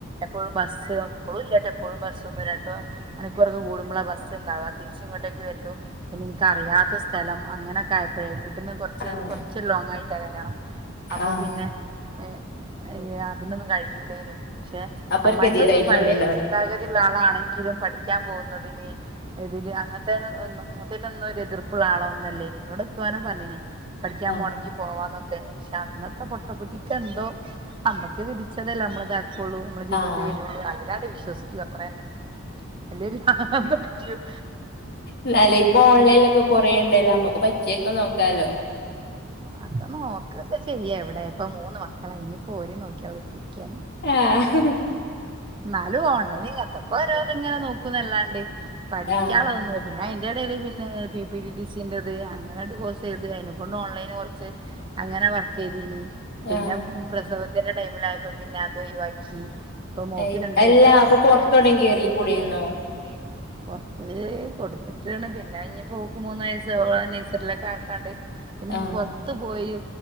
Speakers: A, on the right; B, on the left.
A: എപ്പോഴും ബസ്സ് ഇപ്പളും ഇല്ല ട്ടോ എപ്പഴും ബസ്സൊന്ന് രണ്ടോ മണിക്കൂറൊക്കെ കൂടുമ്പളാ ബസ്ണ്ടാവാ തി രിച്ച് ഇങ്ങോട്ടേക്ക് വര് ലും പിന്നെ ഇൻക്ക് അറിയാത്ത സ്ഥലം അങ്ങനെക്കെ ആയപ്പോഴേ വി ട്ട്ന്ന് കൊറച്ച്
B: ആഹ്
A: കൊറച്ച് ലോങ് ആയിട്ടാ കല്യാണം അപ്പം
B: ആഹ്
A: പിന്നെ ഏഹ് ഏഹ് അതിനൊന്നും കഴിയൂലേനു പക്ഷെ
B: അപ്പൊ
A: അമ്മായിമ്മൊക്കെ
B: ഒരു ഗതികേടായി
A: പയെ
B: തോന്നിണ്ടാവില്ലേ
A: ചിന്താഗതി ള്ള ആളാണെങ്കിലും പഠിക്കാൻ പോവുന്നതിന് എതിര് അങ്ങ്ന് ത്തെ ന് ഒ ന്നും അങ്ങ ന് ത്തെ ന് ഒന്നും ഒരു എതിർപ്പുള്ള ആളോ ഒന്നു അ ല്ലേനി ഇന്നോട് എത്തു അങ്ങനെ പറ്ഞ്ഞീനി പഠിക്കാൻ
B: ആഹ്
A: പോണങ്കി പോവാന്നൊക്കെ പക്ഷെ അന്ന് ത്തെ പൊട്ട ബുദ്ധിക്കെന്തോ അമ്മക്ക് വിധിച്ച തെല്ലേ നമ്മളെ ഇതാകൊള്ളു നമ്മള ജീവിതത്തി
B: ആഹ്
A: വരോള്ളു അങ്ങനെട്ട് വിശ്വാസി ക്കും അത്ര തന്നെ അല്ലേല് പ്രരാന്ത് ടിക്കും
B: ന്നാല് ഇപ്പൊ ഓൺലൈലൊക്കെ കൊറേണ്ടല്ലോ അമ്മക്ക് പറ്റിയൊക്കെ നോക്കാലോ
A: അ ഒക്കെ നോക്കൊക്കെ ചെയ്യാ എവിടെ ഇപ്പ മൂന്ന് മക്കളായി ഇനിയിപ്പോ ഒരെ നോക്കിയവ്ടെ കുത്തി ര്ക്ക
B: ആഹ്
A: ന്നാലും ഓൺലൈൻ ഇങ്ങന് ത്തൊക്കെ ഓരോത് ഇങ്ങനെ നോക്കുന്നല്ലാണ്ട് പഠിക്കാള്ള
B: ആഹ്
A: തൊന്നും പിന്നെ അയിന്റെ എടേൽ പിന്നെ P P T T C ന്റെത് അങ്ങനെ ട്ട് കോഴ്സ് ചെയ്ത് അയ്നെക്കൊണ്ട് ഓൺലൈന് കുറ്ച്ച് അങ്ങനെ വർക്ക് ചെയ്തീനി പിന്നെ
B: ആഹ്
A: പ്രസവത്തിന്റെ ടൈമിലയപ്പോ പിന്നെ അത് ഒഴിവാക്കി ഇപ്പൊ മോക്ക്
B: ഏയ്
A: രണ്ട് വയസായി
B: അല്ല അപ്പൊ
A: പിന്നെ
B: പൊറത്തെവിടേം
A: അല്ലാ അപ്പം
B: കേറിക്കൂടേന്നോ
A: പൊർത്ത് ഔടെ കേറി കൂടെന്നോ പൊറ്ത്ത് കൊട്ത്ത്ട്ട്ണ് പിന്നെ യിഞ്പ്പം ഓക്ക്മൂന്ന് വയസ്സ് ഓളെ നേഴ്സറിലൊക്കെ ആക്കാണ്ട് പിന്നെ
B: ആഹ്
A: പുറത്തു പോയി